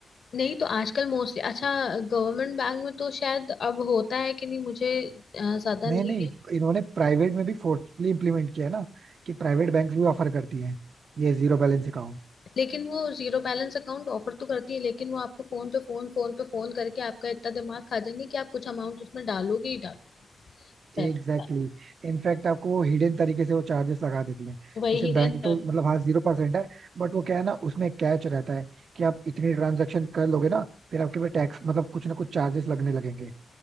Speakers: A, on the left; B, on the right.
A: नहीं तो आजकल मोस्टली अच्छा गवर्नमेंट बैंक में तो शायद अब होता है कि नहीं मुझे अ, ज्यादा
B: नहीं
A: नहीं
B: नहीं
A: है
B: इन्होंने प्राइवेट में भी फोर्सफुली इम्प्लीमेंट किया है ना कि प्राइवेट बैंक भी ऑफर करती हैं ये zero balance account
A: लेकिन वो जीरो बैलेंस अकाउंट ऑफर तो करती है लेकिन वो आपको फोन पे फोन फोन पे फोन करके आपका इतना दिमाग खा जाएंगे कि आप कुछ अमाउंट उसमें डालोगे ही डालोगे पैसा।
B: Exactly exactly. In fact आपको वो हिडन तरीके से वो चार्जेस लगा देती है
A: वही
B: जैसे
A: हिरन
B: बैंक
A: कर-
B: तो मतलब हाँ जीरो परसेंट है बट वो क्या है ना उसमें कैच रहता है कि आप इतनी ट्रांजेक्शन कर लोगे ना फिर आपके पे टैक्स मतलब कुछ ना कुछ चार्जेस लगने लगेंगे